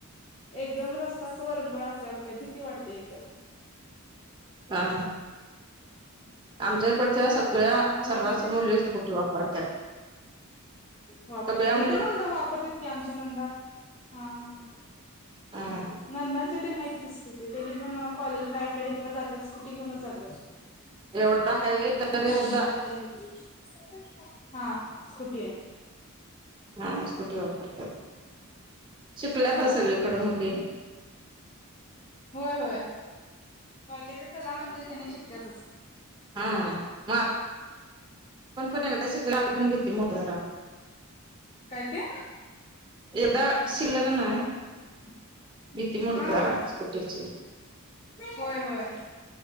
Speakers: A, on the left; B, on the right.
A: एकदम रस्ताच वरंगळ असल्यागत आहे भीती वाढते इथ.
B: हा! आमच्याकडच्या सगळ्या
A: मग
B: सर्रास
A: आणि काय
B: मुली स्कूटी वापरतात.
A: वापरते
B: सगळ्या
A: हिथ
B: मुली
A: पण वापरत की आमच्या नंदा, हा हा.
B: हं,
A: नंदांच्या तेन आहेत की स्कुटी त्यांनी पण कॉलेजला अकॅडमीला जात स्कुटी घेऊनच जातात.
B: एवढा हायवे तरी
A: चार्जिंग
B: सुद्धा
A: वरचे आहेत हा स्कुटी आहे.
B: हा स्कुटी वापरतात, शिकल्यात
A: हा
B: सगळीकडे
A: हा
B: मुली.
A: होय होय कॉलेजचा ला म्हणजे त्यांनी शिकतेचच.
B: हम म आपण पण एकदा शिकला आपण पण भीती <unintelligible> जरा.
A: काय ते?
B: एकदा शिकलं की नाय.
A: <inaudible>
B: भीती मोडते
A: हा
B: जरा स्कूटीची.
A: होय होय